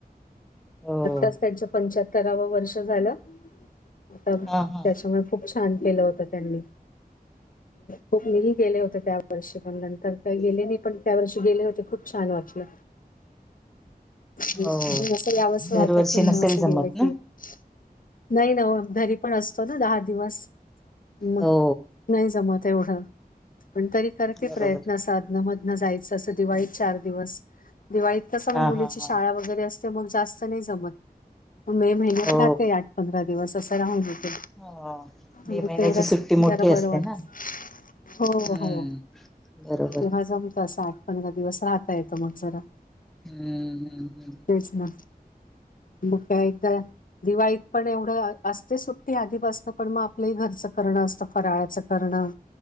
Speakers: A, in the centre; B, on the left.
A: हो
B: आत्ताच त्यांचं पंच्याहत्तरावं वर्ष झालं. आता त्याच्यामुळे
A: हा हा
B: खूप छान केलं होत. त्यांनी खूप नवीन केले होते त्यात वर्षी पल्यांतर काही गेले नाही, पण त्या वर्षी गेले होते, खूप छान वाटल. पण
A: हो
B: अस यावस वाटतच
A: दरवर्षी
B: नाही
A: नसेल
B: असं
A: जमत
B: गेलं की
A: ना
B: नाही ना ओ. घरी पण असतो ना, दहा दिवस म
A: हो
B: नाही जमत एवढं, पण तरी करते
A: बरोबर
B: प्रयत्न असं अदन मदन जायचं असं दिवाळीत चार दिवस. दिवाळीत कस मग
A: हा
B: मुलीची
A: हा
B: शाळा
A: हा
B: वगैरे अस ते मग जास्त नाही जमत. मे महिन्यात
A: हो
B: राहते आठ, पंधरा दिवस असं राहून येते.
A: हो मे
B: म्हणजे
A: महिन्याची
B: तेवढंच
A: सुट्टी मोठी
B: जरा बरं
A: असते
B: वाटत.
A: ना
B: हो
A: हम्म
B: हो,
A: बरोबर
B: तेव्हा जमत अस आठ पंधरा दिवस राहता येत, मग जरा
A: हम्म हम्
B: तेच ना. मग काय तवा, दिवाळीत पण एवढं असते सुट्टी आधीपासनं, पण मग आपलंही घरचं करणं असतं. फराळाचं करणं